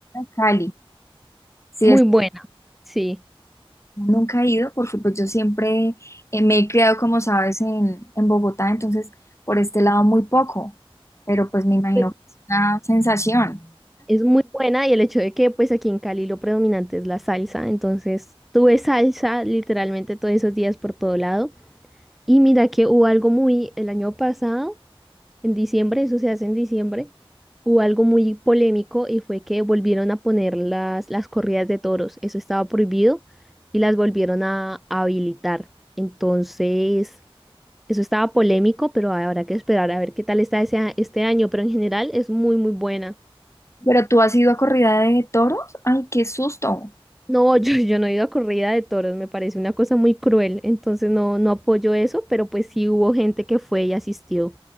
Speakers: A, on the left; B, in the centre.
A: Cali. Sí,
B: muy
A: es,
B: buena, sí.
A: nunca he ido porque pues yo siempre eh, me he criado, como sabes, en, en Bogotá, entonces por este lado muy poco, pero pues me imagino
B: Pues,
A: que es una sensación.
B: Es muy buena y el hecho de que pues aquí en Cali lo predominante es la salsa, entonces tuve salsa literalmente todos esos días por todo lado. Y mira que hubo algo muy el año pasado. en diciembre, eso se hace en diciembre, hubo algo muy polémico y fue que volvieron a poner las, las corridas de toros. Eso estaba prohibido y las volvieron a, a habilitar. Entonces, eso estaba polémico, pero habrá que esperar a ver qué tal está ese a- este año. Pero en general es muy, muy buena.
A: Pero tú has ido a corrida de toros, ay, qué susto.
B: No, <laughs> yo, yo no he ido a corrida de toros, me parece una cosa muy cruel, entonces no, no apoyo eso, pero pues sí hubo gente que fue y asistió.